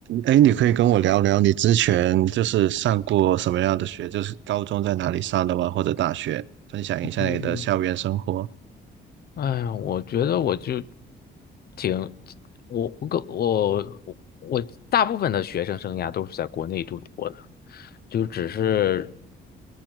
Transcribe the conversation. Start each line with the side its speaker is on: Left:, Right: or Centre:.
Right: 哎，你可以跟我聊聊你之前就是上过什么样的学，就是高中在哪里上的吗？或者大学，分享一下你的校园生活。
Left: 嗯，哎呀，我觉得我就挺，我我个我我我大部分的学生生涯都是在国内度过的，就只是